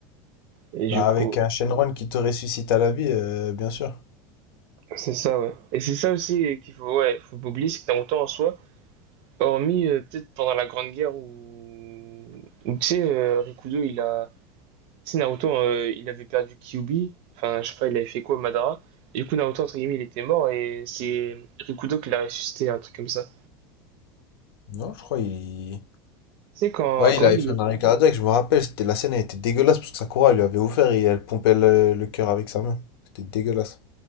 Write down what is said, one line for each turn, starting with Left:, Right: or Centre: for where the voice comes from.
Right: Et du
Left: Bah
Right: coup,
Left: avec un Shenron qui te ressuscite à la vie, euh, bien sûr.
Right: c'est ça, ouais. Et c'est ça aussi euh, qu'il faut, ouais, faut pas oublier, c'est que t'as longtemps en soi, hormis euh, peut-être pendant la Grande Guerre où, où tu sais, euh, Rikudo, il a. Tu sais, Naruto, euh, il avait perdu Kyuubi. Enfin, je sais pas, il avait fait quoi, Madara. Et du coup, Naruto, entre guillemets, il était mort et c'est Rikudo qui l'a ressuscité, un truc comme ça.
Left: Non, je crois il...
Right: Tu sais, quand,
Left: Ouais,
Right: quand
Left: il
Right: même,
Left: avait fait
Right: il est.
Left: un arrêt cardiaque, je me rappelle, c'était la scène, elle était dégueulasse parce que Sakura elle lui avait ouvert et elle pompait le, le cœur avec sa main. C'était dégueulasse.